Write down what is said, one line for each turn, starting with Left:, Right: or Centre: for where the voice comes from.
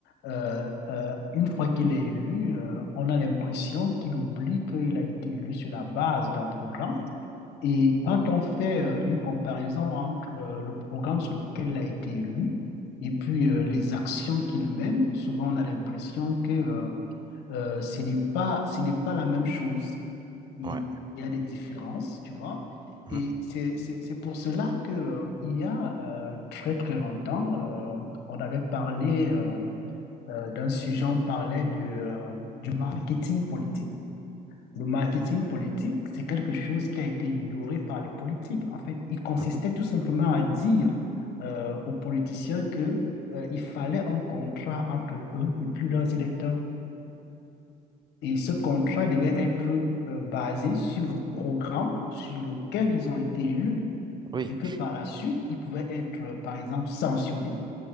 Left: euh, euh, une fois qu'il est élu, euh, on a l'impression qu'il oublie qu'il a été élu sur la base d'un programme et quand on fait euh, une comparaison entre euh, le programme sur lequel il a été élu et puis euh, les actions qu'il mène, souvent on a l'impression que euh, euh, ce n'est pas, ce n'est pas la même chose. Il
Right: Ouais.
Left: y a des différences, tu vois.
Right: Mhm,
Left: Et c'est, c'est, c'est pour cela que, euh, il y a euh, très très longtemps, euh, on avait parlé euh, euh, d'un sujet, on parlait de, euh, du marketing politique. Le marketing
Right: mhm,
Left: politique, c'est quelque chose qui a été ignoré par les politiques. En fait, il consistait
Right: mhm.
Left: tout simplement à dire euh, aux politiciens que euh, il fallait un contrat entre eux et puis leurs électeurs. Et ce contrat devait être euh, basé sur le programme sur lequel ils ont été élus
Right: Oui.
Left: et que par la suite, ils pouvaient être, euh, par exemple, sanctionnés